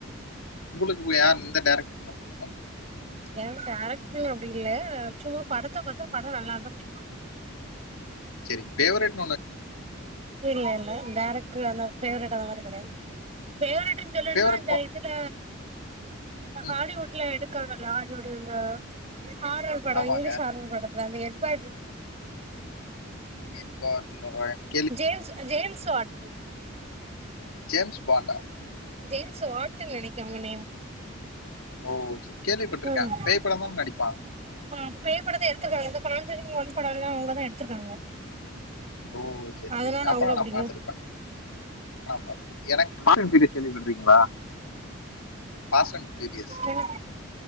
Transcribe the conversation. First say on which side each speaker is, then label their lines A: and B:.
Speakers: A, on the left; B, on the right.
A: உங்களுக்கு இப்போ யார் இந்த டரக்டருங்க புடிக்கு
B: எனக்கு டேரக்டர்னு அப்டி இல்ல சும்மா படத்த பாத்தா படோ நல்லா இருந்தா புடிக்கு
A: சேரிங் ஃபேவரெட்
B: இல்ல இல்ல டரக்ட்ரு அந்த ஃபேவரெட்டு அந்த மாரி கெடையாது ஃபேவரெட்டுன் சொல்லணும்னா
A: ஃபேவரைட்
B: அந்த
A: பா
B: இதுல இந்த
A: ம்.
B: ஹாலிவுட்ல எடுக்காங்கல்லா ஹாலிவுட் இந்த ஹாரர் படோ
A: ஆமாங்க.
B: இங்கிலீஷ் ஹாரர் படத்துல அது எப்போ
A: எட் பார் Lorraine <unintelligible>
B: James James Wan
A: James பாண்டா
B: ஜேம்ஸ் வாட்டூனு நெனைக்கே அவங்க நேம்
A: ஓ சேர் கேள்விப்பட்டிருக்கே
B: ஆமா
A: பேய்ப்படமா முன்னாடி பா
B: ஆ பேய் படத்த எடுத்திருக்காங்க இந்த காஞ்சோரின் ஒன் படோ எல்லா அவங்கதா எடுத்திருக்காங்க
A: ஓ செரி
B: அதனால
A: செரி அப்பல்லா
B: அவங்கள
A: நா
B: புடிக்கு
A: பாத்துருப்பே பார்த்திருக்கே எனக் பாசன் டி டி எஸ் கேள்விப்பட்டிருக்கீங்களா பாசன் டி டி எஸ்
B: என